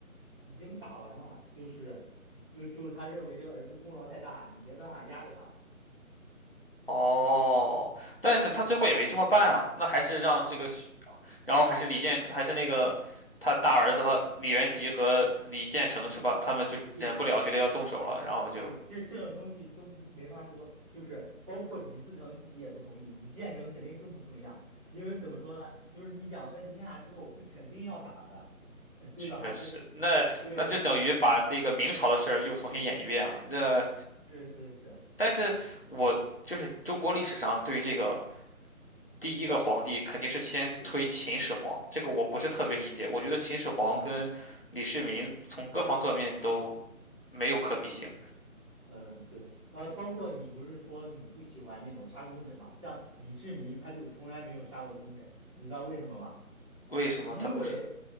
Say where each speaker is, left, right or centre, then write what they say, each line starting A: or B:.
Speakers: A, on the right (about 20°); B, on the left (about 45°).
A: 已经打完了，就是就就是他认为这个儿子功劳太大，你没办法压着他，
B: 哦，但是他最后也没这么办啊，那还是让这个徐然后还是李建，还是那个他大儿子和李元吉和李建成是吧？他们就忍不了，
A: 对
B: 觉得要动手了，然后就
A: 对，这这种东西都没法说，就是包括李自成自己也不同意，李建成肯定更不同意啊，因为怎么说呢，就是你两分天下之后，这肯定要打的，<laughs> 对吧？
B: 确实，
A: 对
B: 那那就等于把那个明朝的事儿又重新演一遍了。
A: 对对
B: 这，
A: 是是是，
B: 但是我就是中国历史上对这个第一个皇帝肯定是先推秦始皇，
A: 对，
B: 这个我不是特别理解，
A: 嗯
B: 我觉得秦始皇跟李世民从各方各面都
A: 嗯
B: 没有可比性。
A: 嗯对，呃，包括你不是说你不喜欢那种杀功臣嘛，像李世民他就从来没有杀过功臣，你知道为什么吗？
B: 为什么他不是？
A: 因为，